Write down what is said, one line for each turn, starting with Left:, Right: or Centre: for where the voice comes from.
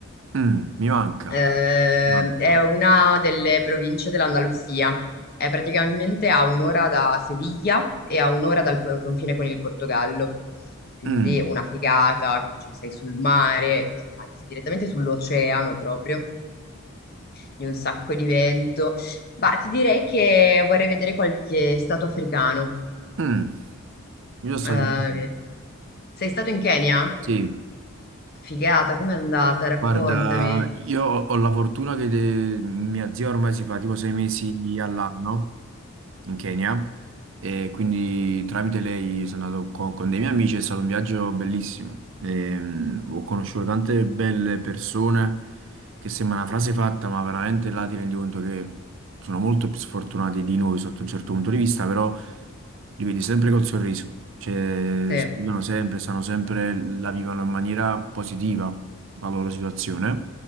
Right: Mm, mi manca,
Left: Eh,
Right: manca.
Left: è una delle province dell'Andalusia. È praticamente a un'ora da Seviglia e a un'ora dal po- confine con il Portogallo. Quindi
Right: Mm,
Left: una figata, quindi, cioè, sei sul mare, che sul mare, sei direttamente sull'oceano proprio, di un sacco di vento. Ma ti direi che vorrei vedere qualche stato africano.
Right: mm. Io sono stato
Left: Eh,
Right: in... Kenya.
Left: sei stato in Kenya?
Right: Sì.
Left: Figata, com'è andata? Raccontami.
Right: Guarda, io ho ho la fortuna che de- mia zia ormai si fa tipo sei mesi all'anno in Kenya e quindi tramite lei sono andato co- con, dei miei amici, è stato un viaggio bellissimo. Ehm, ho conosciuto tante belle persone che sembra una frase fatta, ma veramente là ti rendi conto che sono molto più sfortunati di noi sotto un certo punto di vista, però li vedi sempre col sorriso, cioè
Left: Sì.
Right: sorridono sempre, stanno sempre, la vivono in maniera positiva la loro situazione.